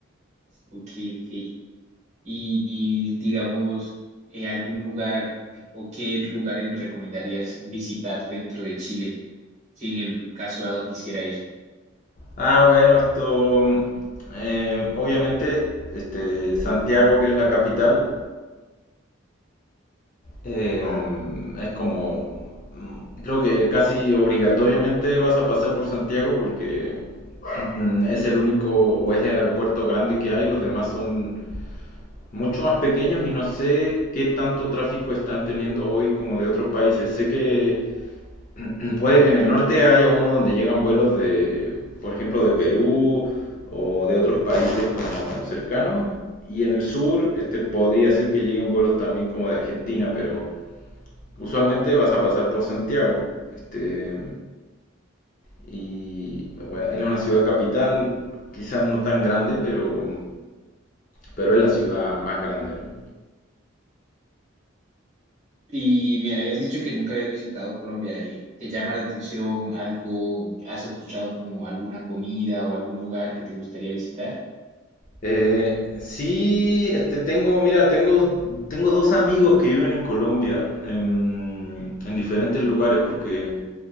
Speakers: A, on the right (about 35°); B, on the left (about 40°).
A: ok, ok. Y, y, digamos, eh, algún lugar o qué lugares me recomendarías visitar dentro de Chile, si en el caso dado quisiera ir.
B: Ah, bueno, esto, eh, obviamente, este, Santiago, que es la capital, eh, es como, mm, creo que casi obligatoriamente vas a pasar por Santiago porque mm, es el único o es el aeropuerto grande que hay, los demás son mucho más pequeños y no sé qué tanto tráfico están teniendo hoy como de otros países. Sé que <clears throat> puede que en el norte haya uno donde llegan vuelos de, por ejemplo, de Perú o de otros países como cercanos y en el sur este, podría ser que lleguen vuelos también como de Argentina, pero usualmente vas a pasar por Santiago. Este, y bueno, es una ciudad capital, quizás no tan grande, pero, pero es la ciudad más grande, ¿no?
A: Y me habías dicho que nunca habías visitado Colombia y te llama la atención algo, has escuchado como alguna comida o algún lugar que te gustaría visitar.
B: Eh, sí, este, tengo, mira, tengo, tengo dos amigos que viven en Colombia, en, en diferentes lugares, porque